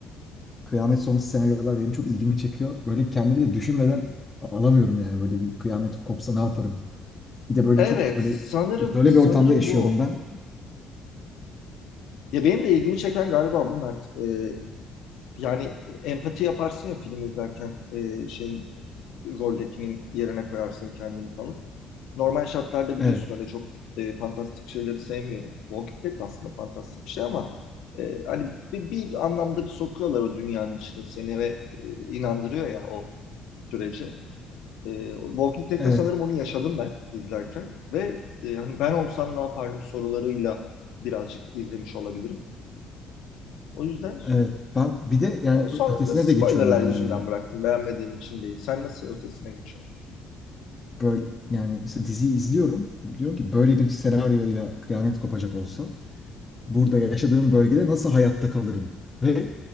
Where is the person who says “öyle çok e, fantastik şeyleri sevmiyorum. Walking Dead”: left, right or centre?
Left